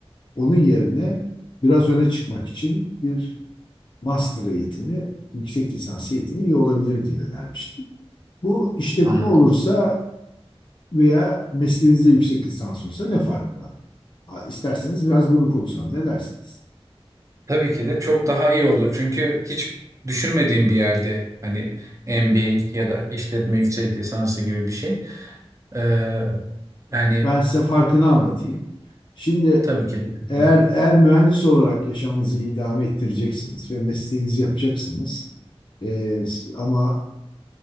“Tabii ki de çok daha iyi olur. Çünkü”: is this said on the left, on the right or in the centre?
Right